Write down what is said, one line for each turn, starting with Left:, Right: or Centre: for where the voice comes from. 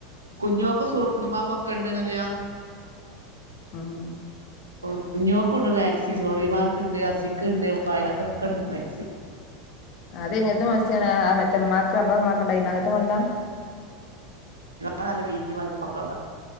Right: കുഞ്ഞോക്കും സോണിമാക്കുക്കെണ്ട്ന്ന്റിയാ
Left: ആഹ്
Right: കുഞ്ഞോക്കുണ്ട് മാക്സി സോളിവാക്കുണ്ട് അസിക്കുണ്ട് വായതാക്കൊക്കെണ്ട് മാക്സി
Left: അത് എങ്ങൻത്തെ മസ്യാണ് ആ മറ്റേമാക്ക് അമ്മ അമ്മാക്ക് ഉണ്ടായിന്ന് അങ്ങനത്തെ മളിലാ
Right: ആ നല്ല വീതി വല്പ്പക്കള്ള